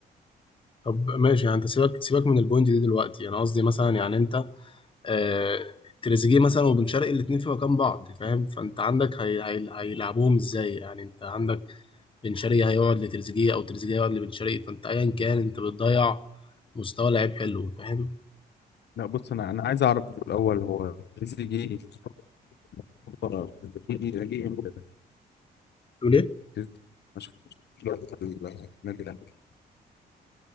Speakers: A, on the left; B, on the left.
A: طب ماشي يعني انت سيبك سيبك من البوينت دي دلوقتي انا قصدي مثلا يعني انت آه تريزيجيه مثلا وبن شرقي الاثنين في مكان بعض فاهم فانت عندك هي... هي... هيلعبوهم ازاي يعني انت عندك بن شرقي هيقعد لتريزيجيه او تريزيجيه هيقعد لبن شرقي فانت ايا كان انت بتضيع مستوى لعيب حلو فاهم
B: لا بص انا انا عايز اعرف في الاول هو تريزيجيه جه <laughs> جه جه امتى ده؟
A: تقول ايه
B: تريزيجيه ما شفتش دلوقتي في النادي الاهلي